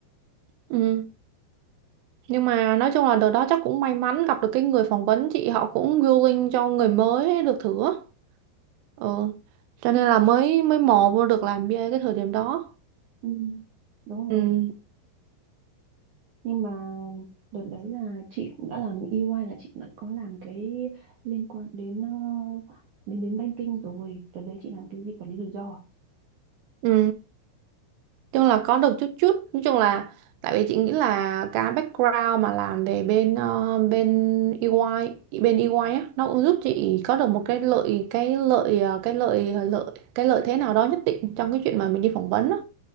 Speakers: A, on the right; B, on the right.
A: ừ. nhưng mà nói chung là đợt đó chắc cũng may mắn gặp được cái người phỏng vấn chị họ cũng willing cho người mới được thử á. ừ cho nên là mới mới mò vô được làm bia cái thời điểm đó
B: ừ. đúng
A: ừ
B: rồi nhưng mà đợt đấy là chị cũng đã làm EY là chị đã có làm cái liên quan đến ờ, đến đến banking rồi đợt đấy chị làm cái gì quản lý rủi ro à?
A: ừ chung là có được chút chút nói chung là tại vì chị nghĩ là cái background mà làm về bên ờ, bên EY bên EY á nó cũng giúp chị có được một cái lợi cái lợi ờ, cái lợi lợi cái lợi thế nào đó nhất định trong cái chuyện mà mình đi phỏng vấn á